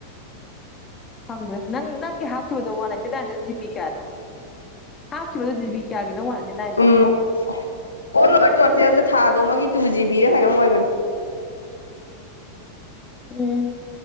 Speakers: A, on the left (about 20°); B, on the left (about 75°).
A: ꯐꯪꯗ꯭ꯔꯦ ꯅꯪ ꯅꯪꯒꯤ ꯍꯥꯞꯈꯤꯕꯗꯣ ꯋꯥꯟ ꯅꯥꯏꯟꯇꯤ ꯅꯥꯏꯟꯗ ꯖꯤꯕꯤ ꯀꯌꯥꯗꯣ ꯍꯥꯥꯞ ꯈꯤꯕꯗꯣ ꯖꯤꯕꯤ ꯀꯌꯥꯒꯤꯅꯣ ꯋꯥꯟ ꯍꯟꯗꯔꯦꯠꯅꯏꯟ ꯗꯣ
B: ꯎꯝ ꯑꯣꯜ ꯑꯣꯚꯔ ꯇꯣꯇꯦꯜꯗ ꯊꯥꯗꯣ ꯑꯃꯒꯤ ꯇꯨ ꯖꯤꯕꯤꯔ ꯀꯩꯅꯣꯝ ꯑꯣꯏꯕꯅꯤ
A: ꯎꯝ